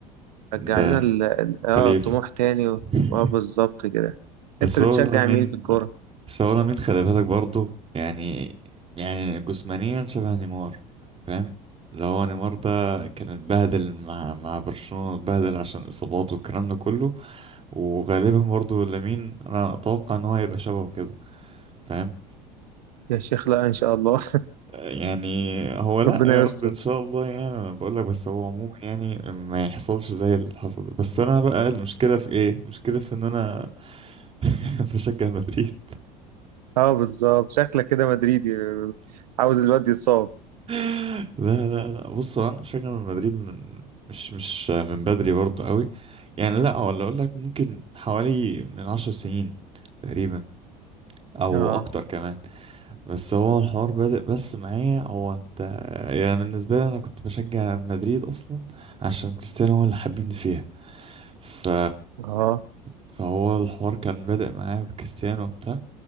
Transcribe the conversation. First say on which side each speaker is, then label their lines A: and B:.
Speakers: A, on the right; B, on the right.
A: رجع
B: ده
A: لنا ال... ال- آه
B: خليف
A: طموح تاني و...
B: <laughs>
A: آه بالظبط كده
B: بس
A: أنت بتشجع
B: هو لامين
A: مين في الكورة؟
B: بس هو لامين خلي بالك برضه يعني يعني جسمانيا شبه نيمار فاهم اللي هو نيمار ده كان اتبهدل مع مع برشلونة اتبهدل عشان اصاباته والكلام ده كله وغالبا برضو لامين انا اتوقع ان هو هيبقى شبهه كده فاهم
A: يا شيخ لا إن شاء الله
B: يعني هو لا
A: <laughs> ربنا
B: يا رب
A: يستر
B: ان شاء الله يعني انا بقول لك بس هو عموما يعني ما يحصلش زي اللي حصل ده. بس انا بقى المشكله في ايه المشكله في ان انا <laughs> بشجع مدريد
A: اه بالظبط شكلك كده مدريدي عاوز الواد يتصاب
B: لا لا لا بص هو انا بشجع مدريد من مش مش من بدري برضو قوي يعني لا ولا اقول لك ممكن حوالي من عشر سنين تقريبا او
A: اه
B: اكتر كمان بس هو الحوار بادئ بس معايا هو انت يعني بالنسبة لي انا كنت بشجع مدريد اصلا عشان كريستيانو هو اللي حببني فيها ف
A: اه
B: فهو الحوار كان بادئ معايا بكريستيانو وبتاع